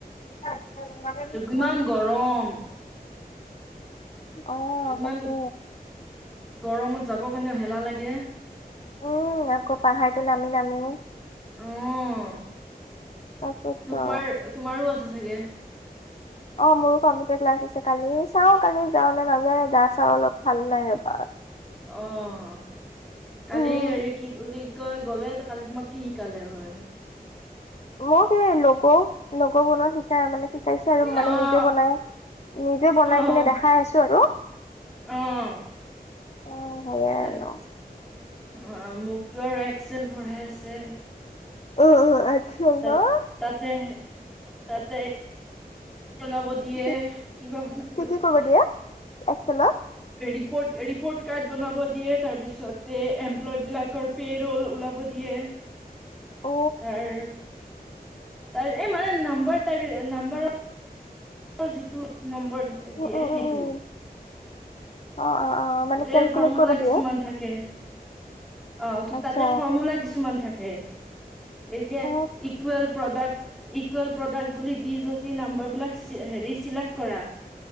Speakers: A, in the centre; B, on the left.
A: <unintelligible>
B: <unintelligible>
A: ইমান গৰম
B: অ'
A: ইমান
B: তাকে
A: গৰমত যাবৰ কাৰণেও হেলা লাগে।
B: উম, আকৌ পাহাৰটো নামি নামি।
A: অ'।
B: তাকেতো
A: তোমাৰ তোমাৰো আছে চাগে?
B: অ, মোৰো কম্পিউটাৰ ক্লাছ আছে কালি, চাওঁ কালি যাওঁ নে নাযাওঁ, এ গা-চাও অলপ ভাল নাই ৰ'বা।
A: অ'। কালি
B: উম
A: হেৰি কি বুলি কয় গ'লে, তে কালি তোমাক কি শিকালে হয়?
B: মোক সেই, ল'গ' ল'গ' বনোৱা শিকাই আ মানে শিকাইছে আৰু মানে,
A: অ',
B: নিজে বনাই, নিজে বনাই
A: অ',
B: কিনে দেখাই আছোঁ আৰু
A: অ'।
B: অ সেয়াই
A: <unintelligible>
B: আৰু
A: মোক টো আৰু এক্সেল পঢ়াই আছে।
B: উ উ আছোৱা
A: তাত
B: <unintelligible>
A: তাতে তাতে বনাব দিয়ে
B: কি
A: কিবা বনাব
B: কি কি
A: দিয়ে
B: কৰিব <unintelligible>
A: ৰিপৰ্ট ৰিপৰ্ট কাৰ্ড বনাব দিয়ে তাৰপিছতে এমপ্লয় বিলাকৰ পে' ৰোল ওলাব দিয়ে
B: অ
A: তাৰ তাৰ এই মানে নাম্বাৰ টাইপ নাম্বাৰৰ যিটো নম্বৰ দিয়ে
B: উম উম উম
A: সেইটো
B: উম অ' অ' অ মানে
A: এ
B: কেলকুলেট
A: ফৰ্মুলা
B: কৰিব দিয়ে।
A: কিছুমান থাকে অ' কিন্তু
B: আচ্ছা
A: তাতে ফৰ্মুলা কিছুমান থাকে এতিয়া
B: অ
A: ইকুৱেল প্ৰডাক্ট ইকুৱেল প্ৰডাক্ট বুলি দি যদি নাম্বৰ বিলাক হেৰি চিলেক্ট কৰা